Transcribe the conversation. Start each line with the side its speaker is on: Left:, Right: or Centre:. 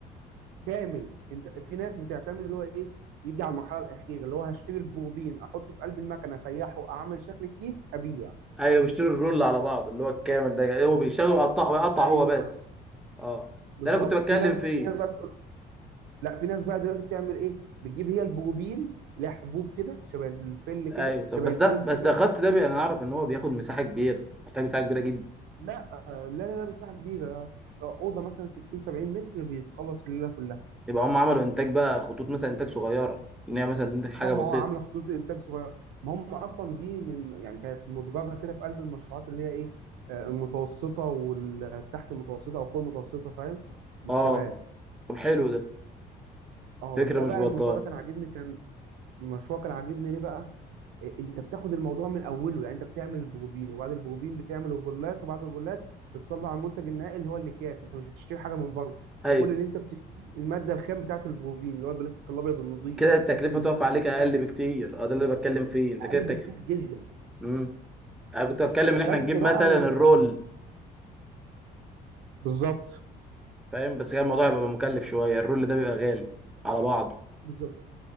Right: كامل انت في ناس بتعتمد اللي هو ايه يجي على المرحله الاخيره اللي هو هشتري البروبين احطه في قلب المكنه اسيحه اعمل شكل الكيس ابيع
Centre: ايوه بيشتري الرول على بعض اللي هو الكامل ده هو
Right: بالظبط
Centre: بيشتغل ويقطع ويقطع
Right: ايوه
Centre: هو بس اه
Right: بالظبط
Centre: ده انا كنت بتكلم
Right: في ناس
Centre: فيه
Right: في ناس بقى تقول لا في ناس بقى دلوقتي بتعمل ايه بتجيب هي البروبين لها حبوب كده شبه الفل كده
Centre: ايوه طب
Right: شبه
Centre: بس
Right: الفوم
Centre: ده بس
Right: كده
Centre: ده الخط ده بي... انا اعرف ان هو بياخد مساحه كبيره محتاج مساحه كبيره جدا
Right: لا آه، لا لا, لا مش مساحه كبيره اوضه مثلا 60 70 متر بيتخلص الليله كلها
Centre: يبقى هم عملوا انتاج بقى خطوط مثلا انتاج صغيره ان هي مثلا تنتج حاجه
Right: اه ما
Centre: بسيطه
Right: هو عامله خطوط انتاج صغيره ما هم اصلا دي من يعني كانت مدرجه كده في قلب المشروعات اللي هي ايه آه، المتوسطه والتحت المتوسطه او فوق المتوسطه فاهم للشباب
Centre: اه طب حلو ده
Right: اه
Centre: فكره
Right: ده
Centre: مش
Right: بقى
Centre: بطاله
Right: المشروع ده كان عاجبني كان المشروع كان عاجبني ليه بقى إيه، انت بتاخد الموضوع من اوله يعني انت بتعمل البروبين وبعد البروبين بتعمل الغلات وبعد الغلات بتصلب على المنتج النهائي اللي هو الاكياس انت مش بتشتري حاجه من بره
Centre: ايوه
Right: انت كل اللي انت بتشتريه الماده الخام بتاعته البروبين اللي هو البلاستيك الابيض النظيف
Centre: كده التكلفه
Right: عشان
Centre: تقف
Right: دي اكياس
Centre: عليك اقل
Right: اكل
Centre: بكتير اه ده اللي بتكلم فيه انت
Right: اقل
Centre: كده التك...
Right: بكتير جدا
Centre: مم. انا كنت بتكلم ان احنا
Right: بس
Centre: نجيب
Right: بقى
Centre: مثلا
Right: ال-
Centre: الرول
Right: بالظبط
Centre: فاهم بس كان الموضوع هيبقى مكلف شويه الرول ده بيبقى غالي على بعضه
Right: بالظبط